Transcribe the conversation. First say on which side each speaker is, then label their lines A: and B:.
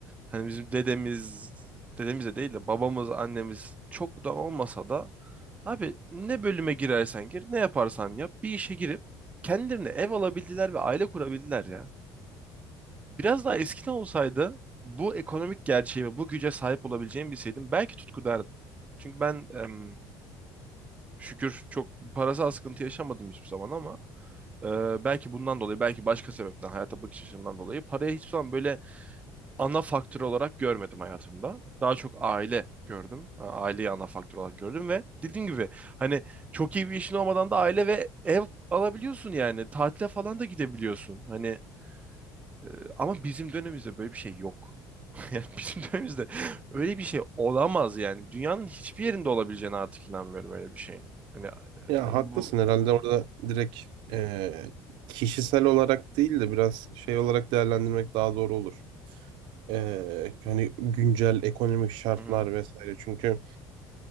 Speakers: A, on the right; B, on the right.
A: hani bizim dedemiz, dedemiz de değil de babamız, annemiz çok da olmasa da abi ne bölüme girersen gir, ne yaparsan yap, bir işe girip kendilerine ev alabildiler ve aile kurabildiler ya. Biraz daha eskiden olsaydı bu ekonomik gerçeğe ve bu güce sahip olabileceğimi bilseydim belki tutku derdim. Çünkü ben em, Şükür çok parasal sıkıntı yaşamadım hiçbir zaman ama e, belki bundan dolayı, belki başka sebepten, hayata bakış açımdan dolayı parayı hiçbir zaman böyle ana faktör olarak görmedim hayatımda. Daha çok aile gördüm. A- Aileyi ana faktör olarak gördüm ve dediğim gibi hani çok iyi bir işin olmadan da aile ve ev alabiliyorsun yani. Tatile falan da gidebiliyorsun. Hani e, ama bizim dönemimizde böyle bir şey yok. <laughs> Yani bizim dönemimizde öyle bir şey olamaz yani. Dünyanın hiçbir yerinde olabileceğine artık inanmıyorum öyle bir şeyin. Hani
B: Ya haklısın
A: bu
B: herhalde orada direkt e, kişisel olarak değil de biraz şey olarak değerlendirmek daha doğru olur. E, hani güncel ekonomik şartlar
A: Hı hı.
B: vesaire. Çünkü